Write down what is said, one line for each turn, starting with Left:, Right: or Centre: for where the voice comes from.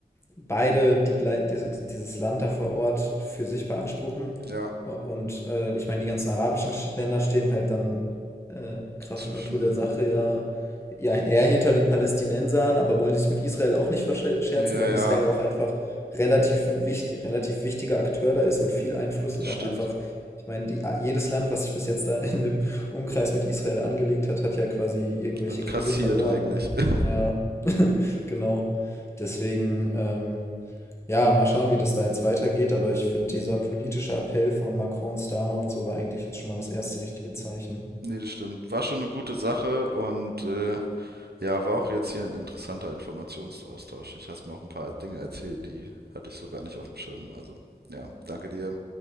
Left: beide die, glei- dieses, dieses Land da vor Ort für sich beanspruchen.
Right: Ja,
Left: Und äh, ich meine, die ganzen arabischen Sch- Länder stehen halt dann äh, Kraft
Right: zwischen
Left: Natur der
Right: den.
Left: Sache ja, ja eher hinter den Palästinensern, aber wollen sich mit Israel auch nicht verscherzen,
Right: Ja,
Left: weil
Right: ja,
Left: Israel ja auch einfach relativ ein wicht, relativ wichtiger Akteur da ist mit viel Einfluss und
Right: stimmt.
Left: auch einfach, ich meine, die, jedes Land, was sich bis jetzt da in dem Umkreis mit Israel angelegt hat, hat ja quasi irgendwelche
Right: Hat
Left: Kriege
Right: kassiert
Left: verloren.
Right: eigentlich. <laughs>
Left: Ja, <laughs> genau. Deswegen, ähm, ja, mal schauen, wie das da jetzt weitergeht, aber ich finde, dieser politische Appell von Macron, Starmer und so war eigentlich jetzt schon mal das erste richtige Zeichen.
Right: nee, das stimmt. War schon eine gute Sache und äh, Ja, war auch jetzt hier ein interessanter Informationsaustausch. Ich hast mir auch ein paar Dinge erzählt, die hatte ich so gar nicht auf dem Schirm. Also, ja, danke dir.